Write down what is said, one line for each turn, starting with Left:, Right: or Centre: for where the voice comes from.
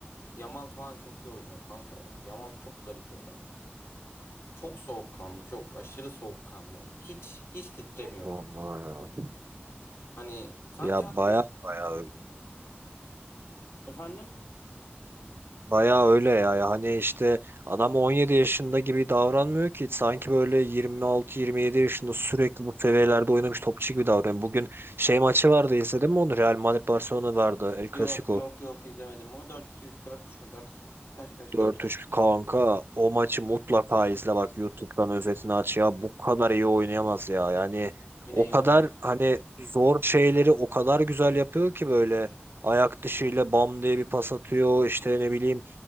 Left: Yamal falan çok iyi oynuyor kanka ya. Yamal çok garip bir adam ya. Çok soğukkanlı, çok aşırı soğukkanlı yani. Hiç hiç titremiyor
Right: Vallahi
Left: kanka.
Right: ya.
Left: Hani sanki
Right: Ya
Left: her
Right: baya
Left: gün
Right: baya öyle.
Left: efendim
Right: Bayağı öyle ya. Ya Hani işte adam 17 yaşında gibi davranmıyor ki. Sanki böyle 26-27 yaşında sürekli bu seviyelerde oynamış topçu gibi davranıyor. Bugün şey maçı vardı izledin mi onu? Real Madrid Barcelona vardı. El
Left: yok
Right: Clasico.
Left: yok yok izlemedim ama 4-2 4-3 mü 4-2 mi? Kaç kaç
Right: 4-3
Left: 4-3.
Right: kanka o maçı mutlaka izle bak YouTube'dan özetini aç ya bu kadar iyi oynayamaz ya yani
Left: Yine
Right: o
Left: iyi
Right: kadar
Left: oynadı.
Right: hani zor şeyleri o kadar güzel yapıyor ki böyle ayak dışıyla bam diye bir pas atıyor işte ne bileyim